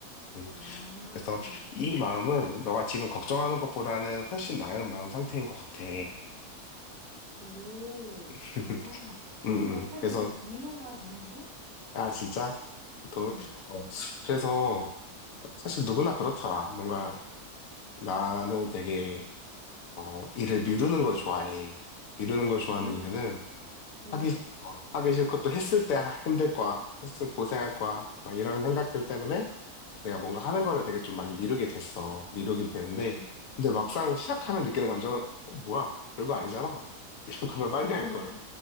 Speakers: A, on the left; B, on the right.
A: 음,
B: 아,
A: 그래서 이 마음은 너가 지금 걱정하는 것보다는 훨씬 나은 마음 상태인 것 같아.
B: 오,
A: <laughs>
B: 진짜.
A: 음,
B: 어, 약간
A: 음. 그래서
B: 또 위로가 되는데?
A: 아 진짜 너,
B: 응,
A: 어, 그래서 사실 누구나 그렇더라. 뭔가 나는 되게 어, 일을 미루는 걸 좋아해. 미루는 걸 좋아하는
B: 응,
A: 이유는
B: 응,
A: 하기, 어, 하기 싫고 또 했을 때 하- 힘들 거야. 했으면 고생할 거야. 막 이런 생각들 때문에 내가 뭔가 하는 거를 되게 좀 많이 미루게 됐어. 미루긴 되는데.
B: 응.
A: 근데 막상 시작하면 느끼는 감정은, 어, 뭐야. 별거 아니잖아. <laughs> 이럴 거면 빨리
B: <laughs>
A: 할
B: 어,
A: 걸.
B: 뭐.